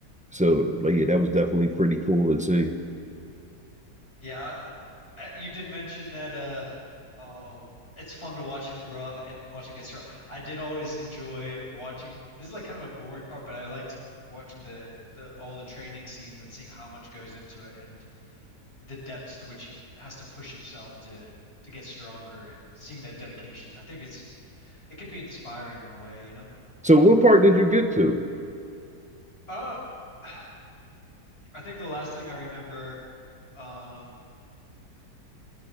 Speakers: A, in the centre; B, on the left.
A: So, like, yeah, that was definitely pretty cool to see.
B: Yeah, I- you did mention that uh um it's fun to watch him grow up and watch him get strong. I did always enjoy watching this is like kind of a boring part, but I liked watching the the all the training scenes and seeing how much goes into it and the depths to which he has to push himself to to get stronger and seeing that dedication. I think it's it could be inspiring in a way, you know?
A: So, what part did you get to?
B: Uh, <sighs> I think the last thing I remember, um,